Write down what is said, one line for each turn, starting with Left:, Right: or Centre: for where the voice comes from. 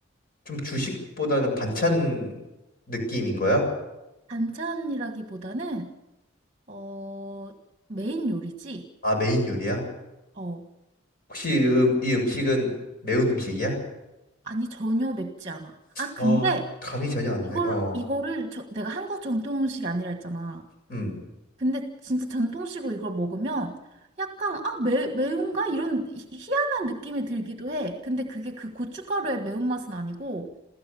Left: 좀 주식보다는 반찬 느낌인 거야?
Right: 반찬이라기보다는 어 메인 요리지.
Left: 아, 메인 요리야?
Right: 어
Left: 혹시 이 음- 이 음식은 매운 음식이야?
Right: 아니 전혀 맵지 않아. 아 근데
Left: 아, 감이 전혀 안
Right: 이걸
Left: 오네. 어.
Right: 이거를 저, 내가 한국 전통 음식이 아니라 했잖아.
Left: 음.
Right: 근데 진짜 전통식으로 이걸 먹으면 약간 아 매, 매운가 이런 희- 희한한 느낌이 들기도 해. 근데 그게 그 고춧가루의 매운맛은 아니고